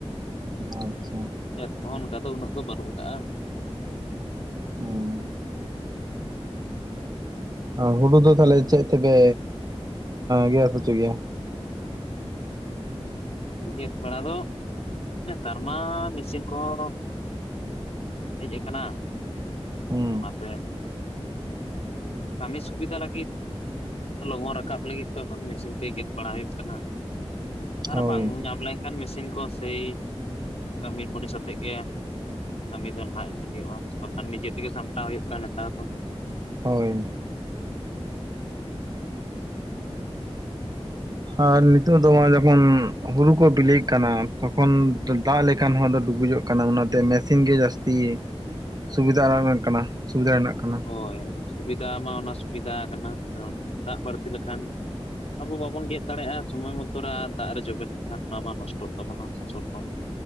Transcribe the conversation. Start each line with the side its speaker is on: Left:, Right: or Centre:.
Right: ᱟᱪᱪᱷᱟ
Left: ᱠᱷᱮᱛ ᱠᱚᱦᱚᱸ ᱚᱱᱠᱟ ᱫᱚ ᱩᱱᱟᱹᱜ ᱫᱚ ᱵᱟᱹᱱᱩᱜ ᱠᱟᱜᱼᱟ
Right: ᱦᱩᱸ ᱦᱩᱲᱩ ᱫᱚ ᱛᱟᱦᱞᱮ ᱪᱮᱫ ᱛᱮᱯᱮ ᱜᱮᱛ ᱦᱚᱪᱚ ᱜᱮᱭᱟ
Left: ᱜᱮᱫ ᱵᱟᱲᱟ ᱫᱚ ᱱᱮᱛᱟᱨ ᱢᱟ ᱢᱮᱥᱤᱱ ᱠᱚᱦᱚᱸ ᱦᱮᱡ ᱠᱟᱱᱟ
Right: ᱦᱩᱸ
Left: ᱚᱱᱟᱛᱮ ᱠᱟᱹᱢᱤ ᱥᱩᱵᱤᱫᱷᱟ ᱞᱟᱹᱜᱤᱫ ᱞᱚᱜᱚᱱ ᱨᱟᱠᱟᱵ ᱞᱟᱹᱜᱤᱫ ᱫᱚ ᱮᱠᱷᱚᱱ ᱢᱮᱥᱤᱱ ᱛᱮᱜᱮ ᱜᱮᱫ ᱵᱟᱲᱟ ᱦᱩᱭᱩᱜ ᱠᱟᱱᱟ ᱟᱨ
Right: ᱦᱳᱭ
Left: ᱵᱟᱝ ᱧᱟᱢ ᱞᱮᱱᱠᱷᱟᱱ ᱢᱮᱥᱤᱱ ᱠᱚ ᱥᱮᱭ ᱠᱟᱹᱢᱤ ᱢᱩᱱᱤᱥ ᱟᱛᱮᱜ ᱜᱮ ᱠᱟᱹᱢᱤ ᱫᱚ ᱞᱟᱦᱟ ᱤᱫᱤ ᱦᱩᱭᱩᱜᱼᱟ ᱵᱟᱠᱷᱟᱱ ᱱᱤᱡᱮ ᱛᱮᱜᱮ ᱥᱟᱢᱴᱟᱣ ᱦᱩᱭᱩᱜ ᱠᱟᱱᱟ ᱱᱮᱛᱟᱨ ᱫᱚ
Right: ᱦᱳᱭ ᱟᱨ ᱱᱤᱛᱚᱜ ᱫᱚ ᱡᱚᱠᱷᱚᱱ ᱦᱩᱲᱩ ᱠᱚ ᱵᱤᱞᱤᱜ ᱠᱟᱱᱟ ᱛᱚᱠᱷᱚᱱ ᱫᱟᱜ ᱞᱮᱠᱟᱱ ᱦᱚᱸ ᱟᱫᱚ ᱰᱩᱵᱩᱡᱚᱜ ᱚᱱᱟᱛᱮ ᱢᱮᱥᱤᱱ ᱜᱮ ᱡᱟᱹᱥᱛᱤ ᱥᱩᱵᱤᱫᱷᱟ ᱠᱟᱱᱟ ᱥᱩᱵᱤᱫᱷᱟ ᱨᱮᱱᱟᱜ ᱠᱟᱱᱟ
Left: ᱦᱳᱭ ᱥᱩᱵᱤᱫᱟ ᱢᱟ ᱚᱱᱟ ᱥᱩᱵᱤᱫᱟ ᱠᱟᱱᱟ ᱠᱟᱨᱚᱱ ᱫᱟᱜ ᱵᱟᱹᱲᱛᱤ ᱞᱮᱠᱷᱟᱱ ᱟᱵᱚ ᱵᱟᱵᱚᱱ ᱜᱮᱫ ᱫᱟᱲᱮᱭᱟᱜᱼᱟ ᱥᱚᱢᱚᱭ ᱢᱚᱛᱚ ᱨᱮ ᱟᱨ ᱫᱟᱜ ᱨᱮ ᱡᱚᱵᱮ ᱞᱮᱱᱠᱷᱟᱱ ᱚᱱᱟ ᱢᱟ ᱱᱚᱥᱴᱚᱜ ᱛᱟᱵᱚᱱᱟ ᱯᱷᱚᱥᱚᱞ ᱠᱚ <inaudible>